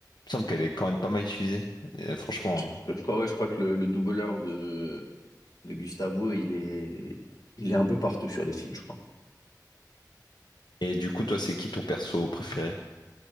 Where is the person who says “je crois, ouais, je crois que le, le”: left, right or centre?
Left